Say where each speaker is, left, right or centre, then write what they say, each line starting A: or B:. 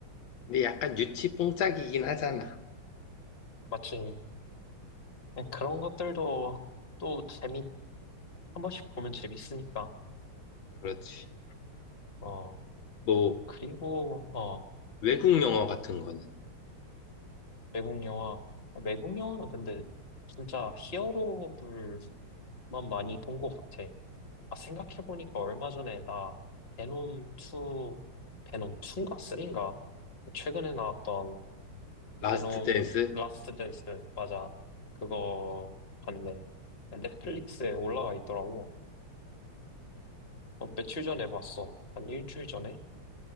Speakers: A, on the left; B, on the left.
A: 근데 약간 유치 뽕짝이긴 하잖아.
B: 마지 그런 것들도 또 재밌, 한 번씩 보면 재밌으니까.
A: 그렇지.
B: 어,
A: 뭐
B: 그리고, 어,
A: 외국 영화 같은 거는
B: 외국 영화. 아, 외국 영화는 근데 진짜 히어로물만 많이 본 것 같아. 아, 생각해보니까 얼마 전에 나 베놈 2, 베놈 2인가 3인가? 최근에 나왔던
A: 라스트
B: 베놈
A: 댄스?
B: 라스트 댄스, 맞아. 그거 봤네. 넷플릭스에
A: 음,
B: 올라와 있더라고. 어, 며칠 전에 봤어. 한 일주일 전에?